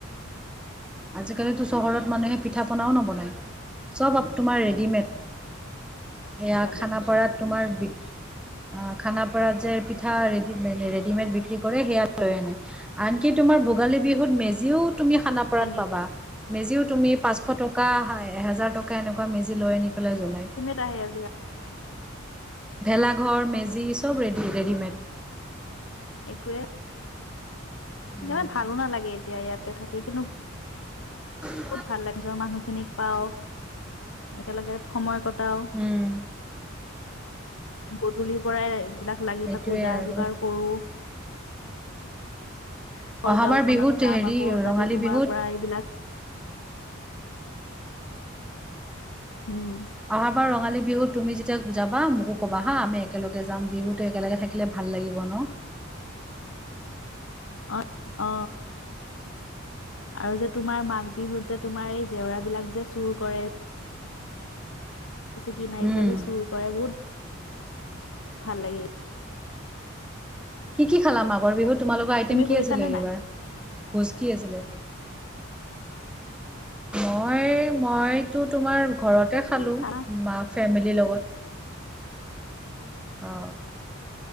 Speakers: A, in the centre; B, on the left.
A: আজিকালিতো চহৰত মানুহে পিঠা পনাও নবনায়, চব তোমাৰ ৰেডিমেড।
B: আজিকালি
A: এয়া খানাপাৰাত তোমাৰ বি অ', খানাপাৰাত যে পিঠা ৰেডিমে-ৰেডিমেড বিক্ৰী কৰে সেয়া লৈ আনে। আনকি তোমাৰ ভোগালী বিহুত মেজিও তুমি খানাপ পাবা
B: নিব
A: মেজিও তুমি পাঁচশ টকা এ হেজাৰ টকা এনেকুৱা মেজি লৈ আনি পেলাই জ্বলাই।
B: চা হেলজিগা।
A: ভেলাঘৰ মেজি চব ৰেডি ৰেডিমেড।
B: একোৱে
A: উম,
B: সেইয়া ভালো নালাগে এতিয়া ইয়াতে থাকি কিনো
A: <unintelligible>
B: বহুত ভাল লাগি নিজৰ মানুহখিনিক পাওঁ একেলগেত সময় কটাও।
A: উম।
B: গধূলিৰ পৰাই এইবিলাক লাগি
A: সেইটোৱে
B: থাকো যা
A: আৰু।
B: যোগাৰ কৰো। অকল
A: অহাবাৰ
B: গাওখনত
A: বিহুত
B: যাম
A: হেৰি
B: আকৌ
A: ৰঙালী
B: তাতে তোমাৰ
A: বিহুত
B: পৰা এইবিলাক উ
A: আহা বাৰ ৰঙালী বিহু তুমি যেতিয়া যাবা মোকো ক'বা হা আমি একেলগে যাম বিহুতো একেলগে থাকিলে ভাল লাগিব ন
B: অ অ আৰু যে তোমাৰ মাঘ বিহুত যে তোমাৰ এই জেওৰা বিলাক যে চুৰ কৰে কি নাই এইবিলাকে
A: উম।
B: চুৰ কৰে বহুত ভাল লাগে
A: কি কি খালা মঘৰ বিহুত তোমালোকৰ আইটেম
B: তুমি
A: কি
B: কৰিছানে
A: আছিলে
B: নাই
A: এইবাৰ ভোজ কি আছিলে মই মইতো তোমাৰ ঘৰতে
B: এইটো
A: খালো
B: চাহ
A: মাক ফেমিলিৰ লগত অ